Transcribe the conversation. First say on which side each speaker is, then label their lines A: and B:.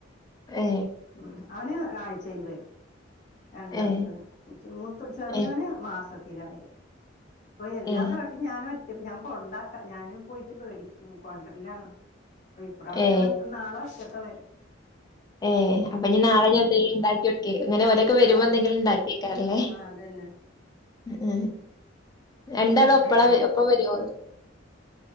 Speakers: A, on the left; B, on the left.
A: ഏ
B: ഉ അവന് ഒരു ആഴ്ചയില് വരും രണ്ടാമത്തോന്.
A: ഏ
B: മൂത്ത ചെറിയോന്
A: ഏ
B: മാസത്തില വര അപ്പൊ എല്ലാ
A: ഏ
B: പ്ര. പക്ഷ ഞാനും ഒറ്റക്ക് ഞാൻ കൊണ്ടാക്കാം ഞാന് പോയിട്ട് കൊണ്ടരലാണ്. ഇപ്രാവശ്യ
A: ഏ
B: അവൻ നാളൊറ്റക്ക വര.
A: ഏ ഹ അപ്പൊ ഇനി നാളെഞാന്തങ്കിലക്ക ഉണ്ടാക്കിവെക്കെ അങ്ങനെ ഒരൊക്കെ വരുമ്പോ
B: ആഹ്
A: എന്തങ്കിലും ഉണ്ടാക്കേ. ക്കറല്ലേ
B: ആഹ് അതന്നെ
A: ഉ.
B: ഉം
A: രണ്ടാളൊപ്പളാ
B: സമയായ
A: ഒപ്പം വരോ